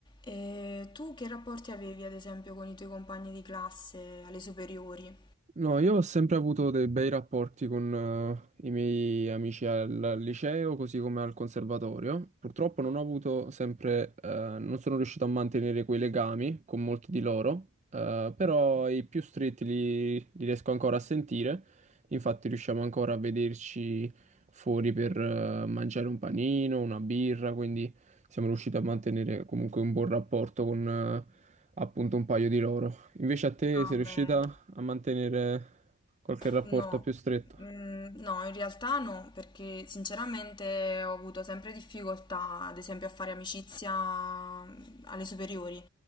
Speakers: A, on the left; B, on the right.
A: E tu che rapporti avevi, ad esempio, con i tuoi compagni di classe alle superiori?
B: No, io ho sempre avuto dei bei rapporti con eh, i miei amici al liceo, così come al conservatorio. Purtroppo non ho avuto sempre, eh, non sono riuscito a mantenere quei legami con molti di loro, eh, però i più stretti li, li riesco ancora a sentire. Infatti riusciamo ancora a vederci fuori per eh, mangiare un panino, una birra, quindi siamo riusciti a mantenere comunque un buon rapporto con eh, appunto un paio di loro. Invece a te
A: Ah,
B: sei riuscita
A: beh.
B: a mantenere qualche rapporto
A: No,
B: più stretto.
A: Mm, no, in realtà no, perché sinceramente ho avuto sempre difficoltà, ad esempio, a fare amicizia mm, alle superiori.